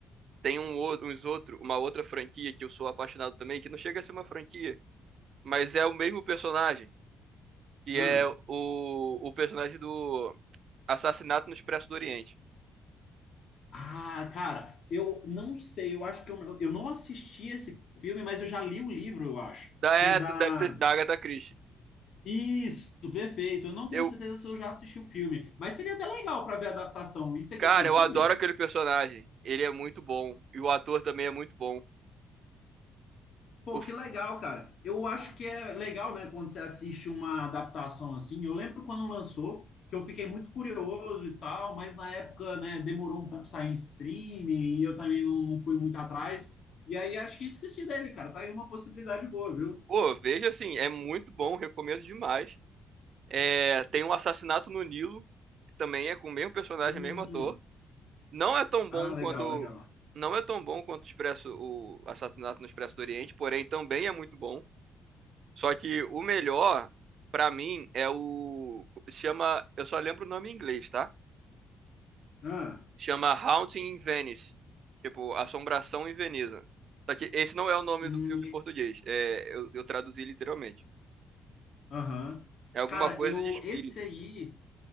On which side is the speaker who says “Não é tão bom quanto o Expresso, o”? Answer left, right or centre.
Right